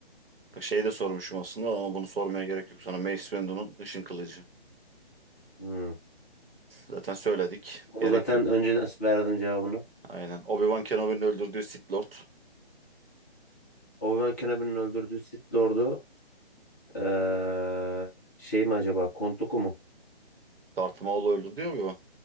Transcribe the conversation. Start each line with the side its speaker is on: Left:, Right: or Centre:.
Right: Bak şeyi de sormuşum aslında ama bunu sormaya gerek yok sana. Mace Windu'nun Işın Kılıcı.
Left: Hı.
Right: Zaten söyledik.
Left: Onu
Right: Gerek
Left: zaten
Right: yok.
Left: önceden verdim cevabını.
Right: Aynen. Obi-Wan Kenobi'nin öldürdüğü Sith Lord.
Left: Obi-Wan Kenobi'nin öldürdüğü Sith Lord'u eee, şey mi acaba? Kontuku mu?
Right: Darth Maul'u öldürdü ya Obi-Wan.